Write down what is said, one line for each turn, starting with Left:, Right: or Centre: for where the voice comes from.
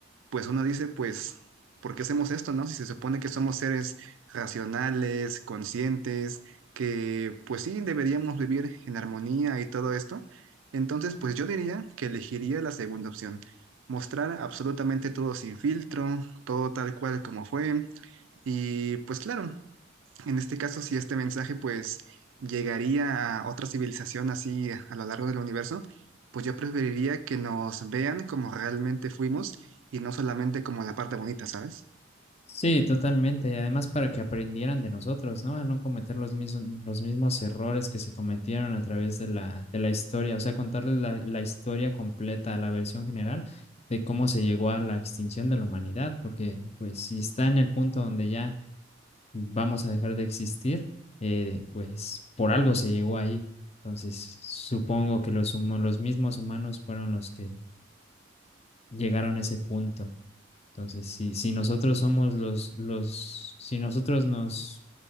Right: pues uno dice, pues, ¿por qué hacemos esto, no? Si se supone que somos seres racionales, conscientes, que pues sí, deberíamos vivir en armonía y todo esto. Entonces, pues yo diría que elegiría la segunda opción. Mostrar absolutamente todo sin filtro, todo tal cual como fue. Y pues claro, en este caso, si este mensaje pues llegaría a otra civilización así a lo largo del universo, pues yo preferiría que nos vean como realmente fuimos y no solamente como la parte bonita, ¿sabes?
Left: Sí, totalmente. Y además para que aprendieran de nosotros, ¿no? A no cometer los mismos, los mismos errores que se cometieron a través de la, de la historia. O sea, contarles la, la historia completa, la versión general de cómo se llegó a la extinción de la humanidad. Porque, pues, si está en el punto donde ya vamos a dejar de existir, eh, pues por algo se llegó ahí. Entonces, supongo que los, humo- los mismos humanos fueron los que llegaron a ese punto. Entonces, si, si nosotros somos los, los, si nosotros nos,